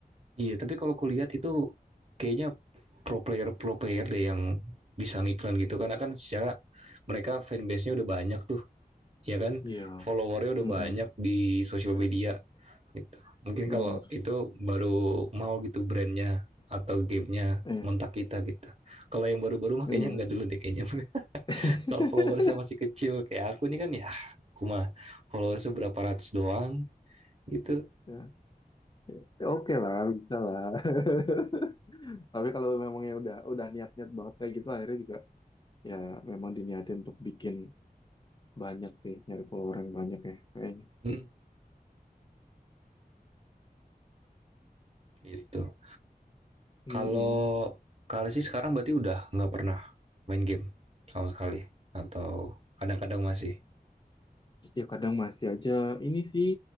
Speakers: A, on the right (about 40°); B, on the left (about 30°).
A: Iya, tapi kalau kulihat itu kayaknya pro player pro player deh yang bisa ngiklan gitu karena kan secara mereka fanbase-nya udah banyak tuh, ya kan?
B: iya
A: Followernya
B: mm
A: udah banyak di sosial media gitu. Mungkin
B: benar
A: kalau itu baru mau gitu brandnya atau gamenya
B: eh
A: ngontak kita gitu. Kalau yang baru-baru mah
B: iya
A: kayaknya nggak dulu deh kayaknya. <laughs>
B: <laughs>
A: kalau followersnya masih kecil kayak aku nih kan ya, aku mah followersnya berapa ratus doang gitu.
B: ya, ya, oke lah bisa lah <laughs> tapi kalau memang ya udah udah niat-niat banget kayak gitu akhirnya juga ya memang diniatin untuk bikin banyak sih nyari follower yang banyak ya kayaknya
A: Hmm, gitu.
B: mm
A: Kalau Kak sih sekarang berarti udah nggak pernah main game sama sekali atau kadang-kadang masih.
B: Ya kadang masih aja ini sih